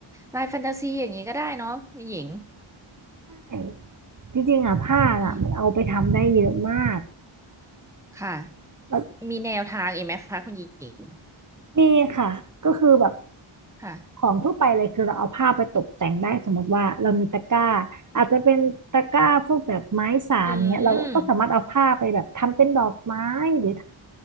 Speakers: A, in the centre; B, on the right (about 35°).
A: ลายแฟนตาซีอย่างนี้ก็ได้เนาะคุณหญิง
B: ใช่จริงๆอ่ะผ้าอ่ะมันเอาไปทำได้เยอะมาก
A: อืมค่ะ
B: แล้ว
A: มีแนวทางอีกไหมคะคุณหญิง
B: นี่ค่ะก็คือแบบ
A: ค่ะ
B: ของทั่วไปเลยคือเราเอาผ้าไปตกแต่งได้สมมติว่าเรามีตะกร้าอาจจะเป็นตะกร้าพวกแบบไม้สานเงี้ยเราก็สามารถเอาผ้าไปแบบทำเป็นดอกไม้หรือ
A: อืม